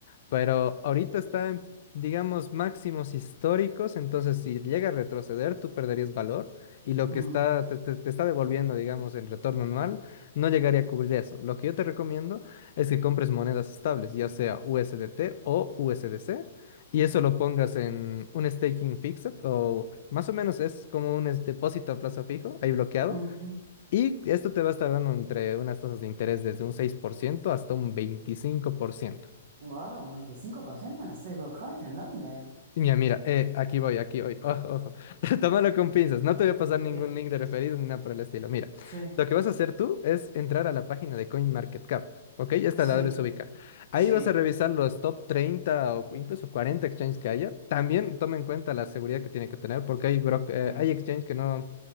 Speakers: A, on the left; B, on the right.
A: pero ahorita está en, digamos, máximos históricos, entonces si llega a retroceder, tú perderías valor y lo que
B: mm,
A: está, te, te- te está devolviendo, digamos, en retorno anual, no llegaría a cubrir eso. Lo que yo te recomiendo es que compres monedas estables, ya sea USDT o USDC. Y eso lo pongas en un staking fixed o más o menos es como un es- depósito a plazo fijo, ahí bloqueado.
B: ujú.
A: Y esto te va a estar dando entre unas tasas de interés desde un 6% hasta un 25%.
B: Wow, un 25% en las stablecoins, ¿en dónde?
A: Mira, mira, eh, aquí voy, aquí voy, ojo, ojo. <laughs> Tómalo con pinzas, no te voy a pasar ningún
B: Sí,
A: link de referidos ni nada por el estilo. Mira,
B: sí,
A: lo que vas a hacer tú es entrar a la página de CoinMarketCap, ¿ok? Esta
B: sí,
A: la debes ubicar. Ahí
B: sí,
A: vas a revisar los top 30 o incluso 40 exchanges que haya. También toma en cuenta la seguridad que tiene que tener, porque hay, bro- eh,
B: sí,
A: hay exchanges que no,